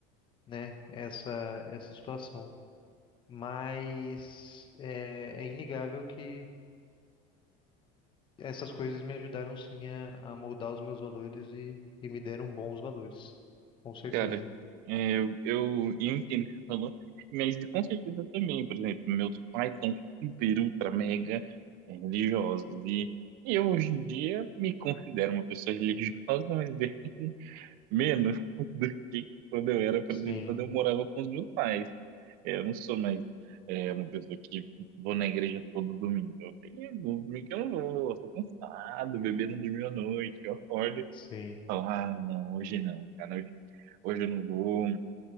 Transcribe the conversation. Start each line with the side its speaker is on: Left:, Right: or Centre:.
Left: né? Essa essa situação. Mas é, é inegável que essas coisas me ajudaram sim a, a moldar os meus valores e, e me deram bons valores, com certeza.
Right: Cara, é, eu, eu entendo o que você falou, mas com certeza também, por exemplo, meus pais são super, ultra, mega é, religiosos, e eu hoje em dia me considero uma pessoa religiosa, mas bem <laughs> menos do que quando eu era, por
Left: Sim,
Right: exemplo, quando eu morava com os meus pais. É, eu não sou mais é, uma pessoa que vou na igreja todo domingo, eu tenho domingo que eu não vou, eu tô cansado, o bebê não dormiu à noite, eu acordo e
Left: sim.
Right: falo, ah, não, hoje não, cara, hoje hoje eu não vou,